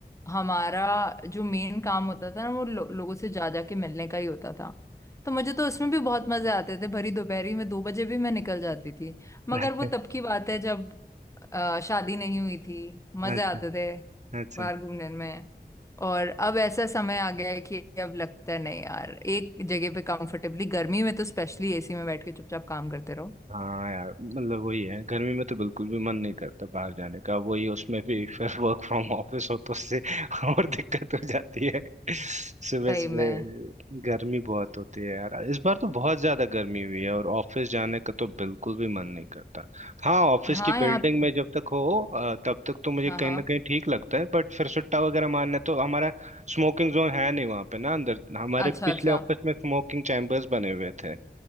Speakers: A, on the left; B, on the right.
A: हमारा जो मेन काम होता था ना वो लो, लोगों से जा जा के मिलने का ही होता था तो मुझे तो उसमें भी बहुत मजे आते थे भरी दोपहरी में दो बजे भी मैं निकल जाती थी मगर
B: <laughs> अच्छा
A: वो तब की बात है जब अ, शादी नहीं हुई थी मजे
B: अच्छा
A: आते थे
B: अच्छा
A: बाहर घूमने में और अब ऐसा समय आ गया है कि अब लगता है नहीं यार एक जगह पे कंफर्टेबली गर्मी में तो स्पेशली एसी में बैठ के चुपचाप काम करते रहो
B: हाँ यार मतलब वही है गर्मी में तो बिल्कुल भी मन नहीं करता बाहर जाने का वही उसमें भी फिर वर्क फ्रॉम ऑफिस हो तो उससे <laughs> और दिक्कत हो जाती है सुबह
A: सही
B: सुबह
A: में
B: गर्मी बहुत होती है यार इस बार तो बहुत ज्यादा गर्मी हुई है और ऑफिस जाने का तो बिल्कुल भी मन नहीं करता हाँ ऑफिस
A: हाँ
B: की
A: यहाँ
B: बिल्डिंग
A: पे-
B: में जब तक हो अ, तब तक तो मुझे
A: हाँ
B: कहीं
A: हाँ
B: ना कहीं ठीक लगता है बट फिर सुट्टा वगैरह मारने तो हमारा स्मोकिंग जोन है नहीं वहाँ पे ना अंदर हमारे
A: अच्छा
B: पिछले
A: अच्छा
B: ऑफिस में स्मोकिंग चैम्बर्स बने हुए थे